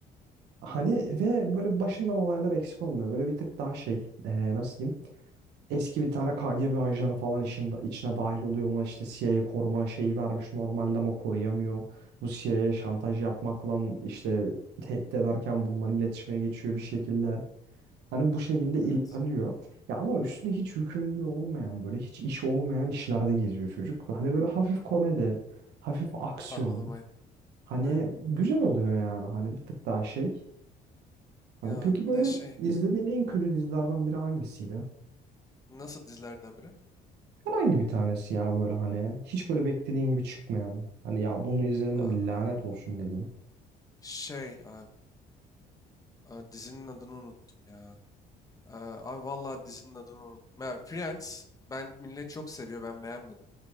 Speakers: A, on the right; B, on the left.
A: Hani ve böyle başından olaylar eksik olmuyor. Böyle bir tık daha şey e, nasıl diyeyim? Eski bir tane KGB ajanı falan işin, içine dahil oluyor. Ona işte CIA koruma şeyi vermiş normalde ama koruyamıyor. Bu CIA'ya şantaj yapmakla işte tehdit ederken bunların iletişime geçiyor bir şekilde. Hani bu şekilde ilerliyor.
B: Evet.
A: Ya ama üstüne hiç yükümlülüğü olmayan böyle hiç işi olmayan işlerde geziyor çocuk. Hani böyle hafif komedi, hafif aksiyon.
B: Anladım aynen.
A: Hani
B: Aynen.
A: güzel oluyor yani hani bir tık daha şey. Hani
B: Ya
A: peki böyle
B: bir de şey
A: izlediğin en kötü dizilerden biri hangisiydi?
B: nasıl dizilerden biri?
A: Herhangi bir tanesi ya böyle hani hiç böyle beklediğin gibi çıkmayan. Hani ya bunu izledim
B: Aa,
A: de lanet olsun dediğin.
B: şey abi. aa, dizinin adını unuttum ya. Aa, abi vallahi dizinin adını unuttum. Ya, Friends ben millet çok seviyor ben beğenmedim.